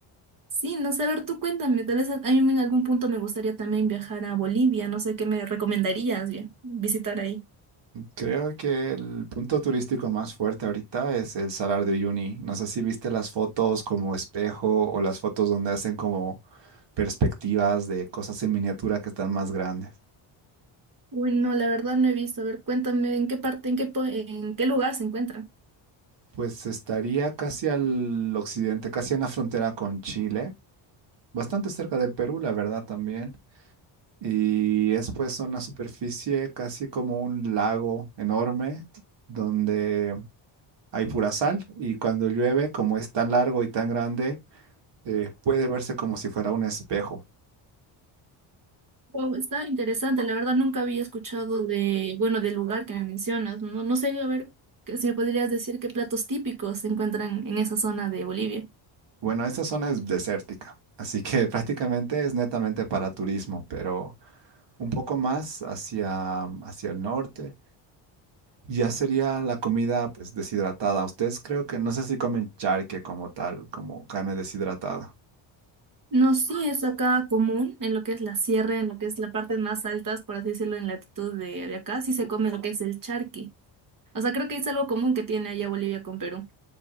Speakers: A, on the right; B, on the right.
A: Sí, no sé, a ver, tú cuéntame, tal vez a, a mí en algún punto me gustaría también viajar a Bolivia, no sé qué me recomendarías bien, visitar ahí.
B: Creo que el punto turístico más fuerte ahorita es el Salar de Uyuni. No sé si viste las fotos como espejo o las fotos donde hacen como perspectivas de cosas en miniatura que están más grandes.
A: Uy, no, la verdad no he visto, a ver, cuéntame en qué parte, en qué, po- en qué lugar se encuentra.
B: Pues estaría casi al occidente, casi en la frontera con Chile, bastante cerca del Perú, la verdad también. Y es pues una superficie casi como un lago enorme donde hay pura sal y cuando llueve, como es tan largo y tan grande, eh, puede verse como si fuera un espejo.
A: Wow, está interesante, la verdad nunca había escuchado de, bueno, del lugar que me mencionas, no, no sé, a ver, que si me podrías decir qué platos típicos se encuentran en esa zona de Bolivia.
B: Bueno, esta zona es desértica, así que <laughs> prácticamente es netamente para turismo, pero un poco más hacia, hacia el norte. Ya sería la comida pues deshidratada. Ustedes creo que no sé si comen charque como tal, como carne deshidratada.
A: No, sí, es acá común, en lo que es la sierra, en lo que es la parte más altas, por así decirlo, en latitud de, de acá, sí se come lo que es el charqui. O sea, creo que es algo común que tiene allá Bolivia con Perú.